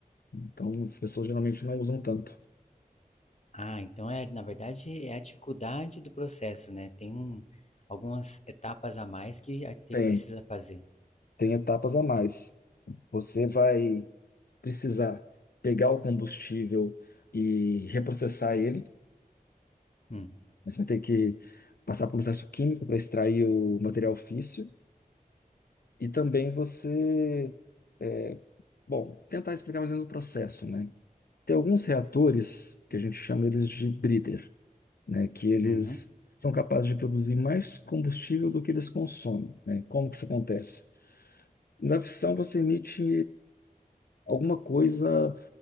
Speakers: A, on the left; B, on the left.
A: Então, as pessoas geralmente não usam tanto.
B: Ah, então é, na verdade, é a dificuldade do processo, né? Tem um, algumas etapas a mais que a te
A: Tem,
B: precisa fazer.
A: tem etapas a mais. Você vai precisar pegar o combustível e reprocessar ele.
B: Hum,
A: Você vai ter que passar por um processo químico para extrair o material físsil. E também você eh, Bom, tentar explicar mais ou menos o processo, né? Tem alguns reatores que a gente chama eles de breeder, né? Que eles
B: uhum,
A: são capazes de produzir mais combustível do que eles consomem, né? Como que isso acontece? Na fissão você emite alguma coisa